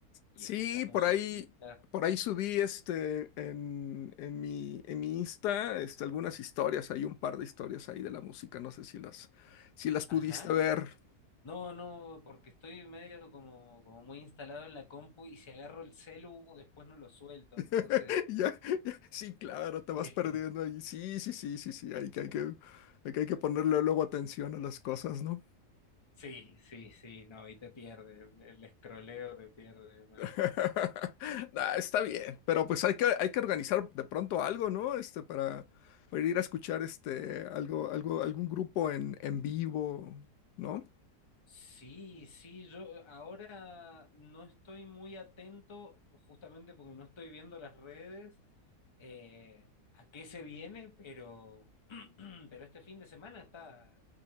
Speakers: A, on the left (about 20°); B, on the left (about 85°).
A: y
B: Sí,
A: escuchás
B: por
A: musiquita.
B: ahí, por ahí subí este en, en mi, en mi Insta, este, algunas historias, hay un par de historias ahí de la música, no sé si las, si las pudiste
A: Ajá.
B: ver.
A: No, no, porque estoy medio como, como muy instalado en la compu y si agarro el celu, después no lo suelto.
B: <laughs>
A: Entonces,
B: Ya, ya, sí, claro, te vas
A: <laughs>
B: perdiendo ahí. Sí, sí, sí, sí, sí, hay que, hay que, hay que, hay que ponerle luego atención a las cosas, ¿no?
A: sí, sí, sí, no, y te pierde, el, el escroleo te pierde mal.
B: <laughs> Nah, está bien, pero pues hay que, hay que organizar de pronto algo, ¿no? Este, para, para ir a escuchar este, algo, algo, algún grupo en, en vivo, ¿no?
A: Sí, sí, yo ahora no estoy muy atento, justamente porque no estoy viendo las redes, eh, a qué se viene, pero, <clears throat> pero este fin de semana está